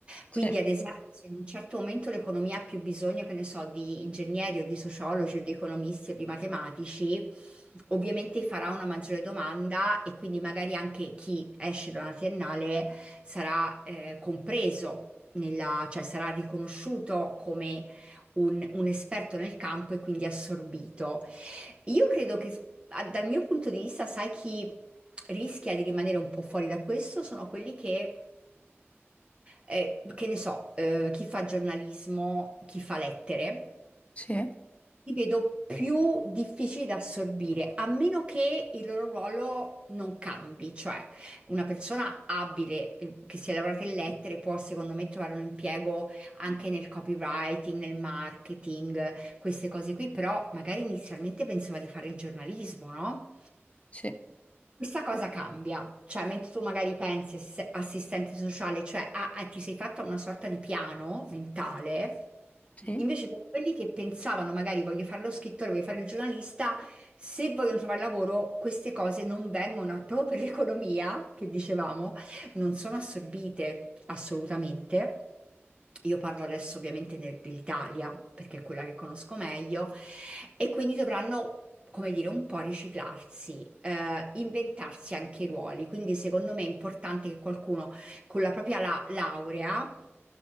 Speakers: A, on the right; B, on the left.
A: Quindi,
B: sì,
A: ad esempio, se in un certo momento l'economia ha più bisogno, che ne so, di ingegneri o di sociologi o di economisti o di matematici, ovviamente farà una maggiore domanda e quindi magari anche chi esce da una triennale sarà eh, compreso nella- cioè sarà riconosciuto come un, un esperto nel campo e quindi assorbito. Io credo che s- a- dal mio punto di vista, sai chi rischia di rimanere un po' fuori da questo? Sono quelli che eh, che ne so, eh, chi fa giornalismo, chi fa lettere.
B: sì.
A: Li vedo più difficili da assorbire, a meno che il loro ruolo non cambi, cioè una persona abile eh, che sia laureata in lettere può secondo me trovare un impiego anche nel copywriting, nel marketing, queste cose qui, però magari inizialmente pensava di fare il giornalismo, no?
B: Sì,
A: Questa cosa cambia, cioè mentre tu magari pensi ass- assistente sociale, cioè ah, ah, ti sei fatta una sorta di piano mentale,
B: sì.
A: invece per quelli che pensavano magari voglio fare lo scrittore, voglio fare il giornalista, se vogliono trovare lavoro queste cose non vengono, proprio per l'economia che dicevamo, non sono assorbite assolutamente. Io parlo adesso ovviamente de- dell'Italia, perché è quella che conosco meglio, e quindi dovranno, come dire, un po' riciclarsi, eh, inventarsi anche i ruoli. Quindi secondo me è importante che qualcuno con la propria la- laurea